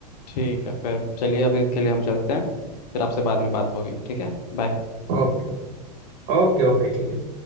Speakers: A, on the left; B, on the right.
A: ठीक है फिर चलिए अभी के लिए हम चलते हैं फिर आपसे बाद में बात होगी ठीक है बाय
B: ओके ओके ओके ठीक है